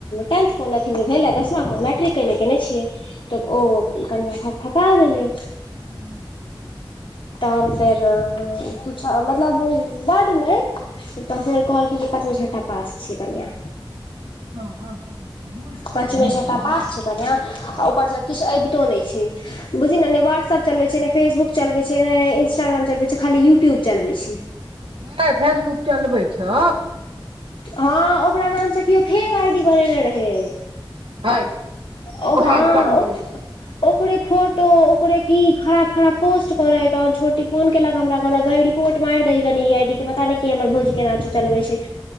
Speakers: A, on the left; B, on the right.
A: टेंथ कोन अथीमे भेलै दशमा को मैट्रिक के मे केयने छियै तऽ ओ कनिया थक-थका गेलै।
B: <inaudible>
A: तहन फेर पुछा मतलब बड नहि ओ तऽ फेर कहलखिन जे पाँचमे, छटठा पास छियै कनिया।
B: हँ-हँ-हँ <unintelligible>
A: पाँचमे छठा पास छै कनिया आ ऊपरसँ किछ अबितो नहि छै। बुझी ने नहि व्हाट्सऐप चलबे छै, ने फेसबुक चलबै छै, नहि इंस्टाग्राम चलबै छै, खाली यूट्यूब चलबै छै।
B: नहि फेसबुक चलबै छौ।
A: हँ ओकरा नामसँ किओ फेक आई डी बनेने रहै।
B: हय
A: ओ
B: उएह
A: हँ
B: बनबै
A: ओ
B: छै
A: ओकरे फोटो ओकरे की खराब-खराब पोस्ट करे त छोटी फोन केलक हमरा कहलक गई रि पोर्ट मारि दही कनी ई आई डी के पता नहि के हमर भौजी के नाम से चलबे छै।